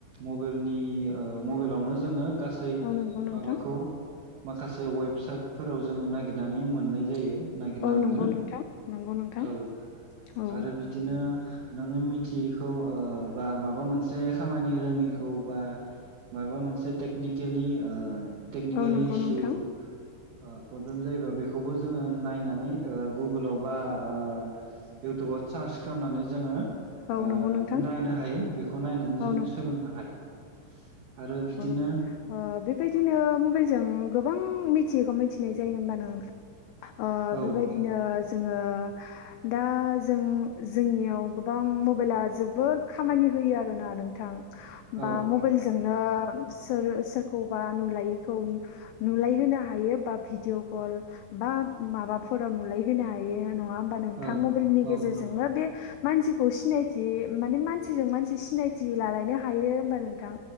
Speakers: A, on the right; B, on the left.
A: मबाइलनि ओह मबाइलावनो जों गासै
B: औ नंगौ नोंथां
A: माबाखौ माखसे से वेबसाइटफोराव जोङो नागिरनानै मोननाय जायो नायगिरना
B: औ
A: मोनो
B: नंगौ नोंथां नंगौ नोंथां
A: औ
B: औ
A: आरो बिदिनो नोङो मिथियिखौ ओह बा माबा मोनसे खामानि रोङिखौ बा माबा मोनसे टेकनिकेलि ओह टेकनिकेलि
B: औ नंगौ
A: इसु
B: नोंथां
A: ओह प्रब्लेम जायोबा बेखौबो जोङो नायनानै ओह गुगोलाव बा ओह इउटुबाव बाव चार्स खामनानै जोङो ओह
B: औ नंगौ नोंथां
A: नायनो हायो बेखौ नायनानै
B: औ
A: जोङो सोलोंनो हायो आरो बिदिनो
B: ओम ओह बेबायदिनो मबाइलजों गोबां मिथियैखौ मिथिनाय जायो होमबानो ओह
A: औ
B: बेबायदिनो जोङो दा जों जोंनियाव गोबां मबाइला जोबोर खामानि होयो आरोना नोंथां
A: औ
B: बा मबाइलजों ओह सोर सोरखौबा नुलायिखौ नुलाय होनो हायो बा भिडिअ कल बा माबाफोराव नुलाय होनो हायो नङा होनबा नोंथां
A: औ
B: मबाइलनि
A: औ
B: गेजेरजोंनो
A: नों
B: बे मानसिखौ सिनायथि माने मानसिजों मानसि सिनायथि लालायनो हायो होमबा नोंथां